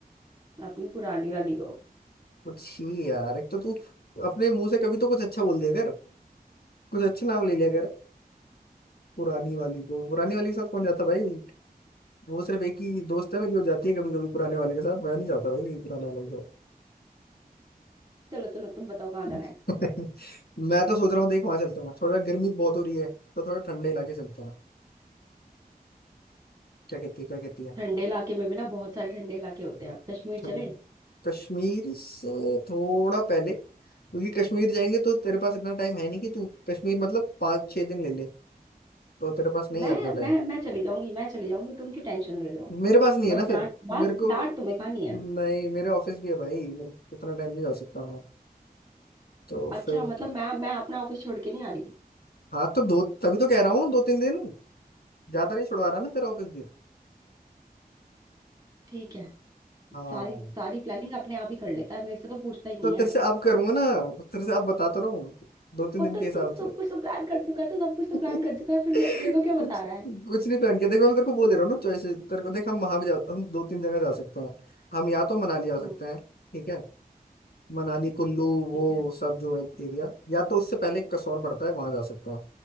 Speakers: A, on the right; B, on the left.
A: अपनी पुरानी वाली को
B: कुछ ही यार एक तो तू अपने मुंह से कभी तो कुछ अच्छा बोल दिया कर कुछ अच्छी नाम ले लिया कर पुरानी वाली को पुरानी वाली के साथ कौन जाता भाई वो सिर्फ एक ही दोस्त है मेरी वो जाती है कभी कभी पुराने वाले के साथ मैं नहीं जाता भाई कहीं पुराने वाले के साथ
A: चलो चलो तुम बताओ कहाँ
B: <laughs> मैं
A: जाना है
B: तो सोच रहा हूँ देख वहां चलता हूँ थोड़ा गर्मी बहुत हो रही है तो थोड़ा ठंडे इलाके चलते हैं क्या कहती है क्या कहती है
A: ठंडे इलाके में भी ना बहुत सारे ठंडे इलाके होते हैं कश्मीर
B: ठंड
A: चले
B: कश्मीर से थोड़ा पहले क्योंकि कश्मीर जाएंगे तो तेरे पास इतना टाइम है नहीं कि तू कश्मीर मतलब पाँच छह दिन ले ले तो तेरे पास नहीं
A: मैं
B: है इतना टाइम
A: मैं मैं चली जाऊंगी मैं चली जाऊंगी तुम क्यों टेंशन ले रहे हो
B: मेरे पास नहीं
A: बस
B: है ना फिर
A: डांट डांट
B: मेरे को
A: डांट तुम्हें खानी है
B: नहीं मेरे ऑफिस भी है भाई मेरे इतना टाइम नहीं जा सकता तो
A: अच्छा
B: फिर
A: मतलब मैं मैं अपना ऑफिस छोड़ के नहीं आ रही
B: हाँ तो दो तभी तो कह रहा हूँ दो तीन दिन ज्यादा नहीं छुड़वा रहा ना तेरा ऑफिस दिन
A: ठीक है
B: हाँ
A: सारी सारी प्लानिंग अपने आप ही कर लेता है मेरे से तो पूछता ही नहीं
B: तो तेरे
A: है
B: से अब करूंगा ना तेरे से अब बताता रहूँ दो तीन
A: और
B: दिन
A: तो,
B: के
A: तो
B: हिसाब से
A: सब कुछ तो प्लान कर चुका है तो सब कुछ तो
B: <laughs>
A: प्लान कर चुका है फिर मे,
B: कुछ
A: मेरे को क्या बता रहा है
B: कुछ नहीं पहन के देख मैं तेरे को वो दे रहा हूँ ना चॉइसेस तेरे को देख हम वहां भी जा हम दो तीन जगह जा सकते हैं हम या तो मनाली जा
A: हम्म
B: सकते हैं ठीक है मनाली कुल्लू वो
A: ठीक है
B: सब जो है एरिया या तो उससे पहले कसौल पड़ता है वहां जा सकते हैं